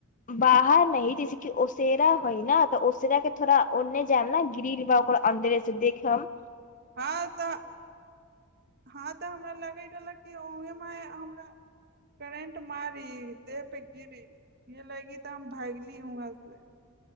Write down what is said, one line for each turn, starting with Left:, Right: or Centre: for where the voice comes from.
Left: बाहर न जैसेक ओसेरा हइ न तऽ ओसेरा के थोड़ा ओन्ने जायब ने गि्र बा ओकर अन्दरे से देखब
Right: हँ तऽ हँ तऽ हमरा लागैत रहल उहे मे हमरा करेंट मारी देह पे गिरी ये लगी तऽ हम भागली वहं से